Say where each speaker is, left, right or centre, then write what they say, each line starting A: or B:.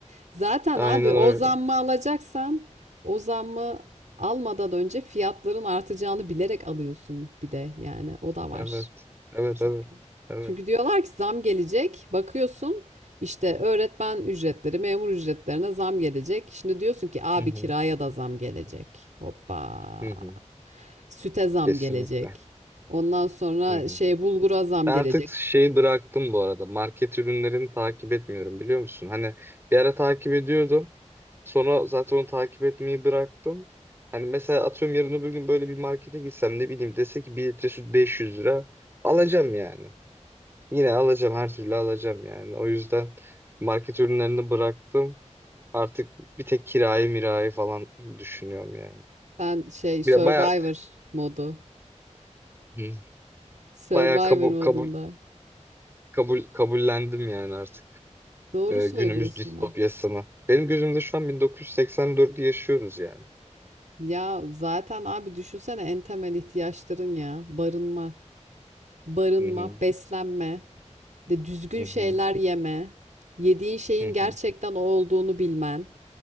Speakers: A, on the right; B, on the right.
A: Zaten
B: Aynen
A: abi o
B: öyle.
A: zammı alacaksan o zammı almadan önce fiyatların artacağını bilerek alıyorsun bir de yani o da var.
B: Evet. Evet
A: Çünkü
B: evet. Evet.
A: çünkü diyorlar ki zam gelecek. Bakıyorsun işte öğretmen ücretleri, memur ücretlerine zam gelecek. Şimdi diyorsun ki abi
B: Hı hı
A: kiraya da zam gelecek. Hoppa.
B: hı hı.
A: Süte zam
B: Kesinlikle.
A: gelecek. Ondan sonra
B: Hı hı.
A: şey bulgura zam
B: Ben
A: gelecek.
B: artık şeyi bıraktım bu arada. Market ürünlerini takip etmiyorum biliyor musun? Hani bir ara takip ediyordum. Sonra zaten onu takip etmeyi bıraktım. Hani mesela atıyorum yarın öbür gün böyle bir markete gitsem ne bileyim dese ki 1 litre süt 500 lira alacağım yani. Yine alacağım her türlü alacağım yani. O yüzden market ürünlerini bıraktım. Artık bir tek kirayı mirayı falan düşünüyorum yani.
A: Sen şey Survivor
B: Bir de baya
A: modu.
B: Hı.
A: Survivor
B: baya kabul
A: modunda.
B: kabul kabul kabullendim yani artık
A: Doğru
B: e,
A: söylüyorsun
B: günümüz distopyasını.
A: Nahçe.
B: Benim gözümde şu an 1984'ü yaşıyoruz yani.
A: Ya zaten abi düşünsene en temel ihtiyaçların ya. Barınma, barınma,
B: Hı hı.
A: beslenme, de düzgün
B: Hı hı.
A: şeyler yeme, yediğin şeyin
B: Hı
A: gerçekten
B: hı.
A: o olduğunu bilmen.